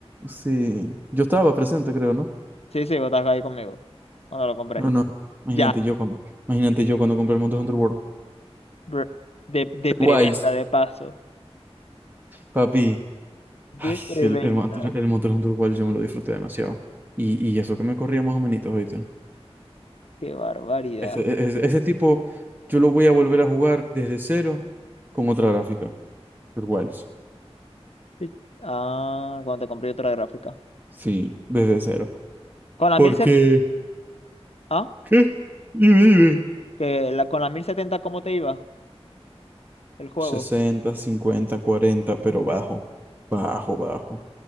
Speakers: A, on the right; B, on the left.
A: Sí. Yo estaba presente, creo, ¿no?
B: Sí, sí, vos estás ahí conmigo. Cuando lo compré.
A: Yo no. Imagínate
B: Ya,
A: yo cuando, imagínate yo cuando compré el Monster Hunter World.
B: br- de, de preventa,
A: Wilds,
B: de paso.
A: papi. Ay,
B: De preventa.
A: el, el, Monster- el Monster Hunter World yo me lo disfruté demasiado. Y, y eso que me corría más o menos, ¿oíste?
B: Qué barbaridad.
A: Ese, e, ese, ese tipo, yo lo voy a volver a jugar desde cero con otra gráfica. El Wilds.
B: Sí. Ah, cuando te compré otra gráfica.
A: Sí, desde cero.
B: Con la
A: Porque,
B: 1070, ah,
A: ¿qué? Dime, dime.
B: que la, con la mil setenta ¿cómo te iba el juego?
A: 60, 50, 40, pero bajo. Bajo, bajo.